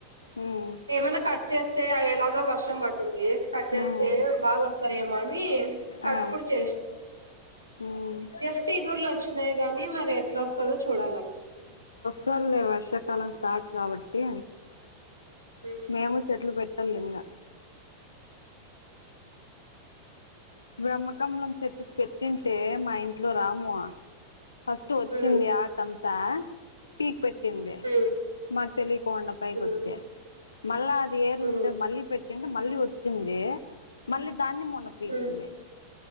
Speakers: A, on the left; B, on the right.
A: హ్మ్
B: ఏమన్నా కట్ చేస్తే ఎలాగ వర్ సంబర్తుంది పచస్తే
A: హ్మ్
B: బగా సరే అని తప్పుడు
A: ఆ
B: చేసి
A: హ్మ్
B: జస్ట్ ఈగుర్లో వచ్చినయి గానీ మరి ఎట్లా వస్తుందో చూడాలక
A: సర్లే వర్షాకాలం స్టార్ట్ కాబట్టి
B: ఉమ్
A: మేము చెట్లు పెట్టలిఇంగ బ్రహ్మకమలం చెట్టు పెట్టింటే మా ఇంట్లో రాము ఫస్ట్టు వచ్చింది
B: ఉమ్
A: కంత టి పెట్టి
B: ఉమ్
A: మరి తెలియకోండ పైకి
B: ఉమ్
A: వచ్చే మళ్ళా అది ఏర్లుండే
B: ఉమ్
A: మళ్ళీ పెట్ మళ్ళీ వచ్చింది మళ్ళీ దాన్ని మ పింద
B: ఉమ్